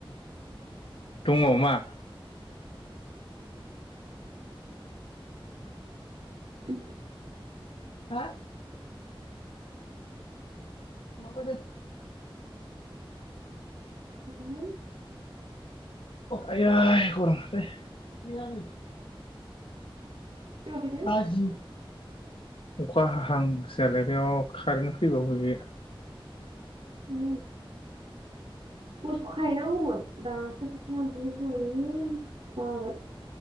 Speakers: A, on the left; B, on the right.
A: दङ मा?
B: <unintelligible> उम
A: हा मवाबादों
B: हो
A: आयोय गरम थारलौ
B: माफैदो
A: लाजियो अखा हाहांसो जालायबाय अ खारेन्ट फैबागोन बियो
B: हु मोसौ खायैनांगौमोन दासो सफा दुगैखांबायमोन आं बाय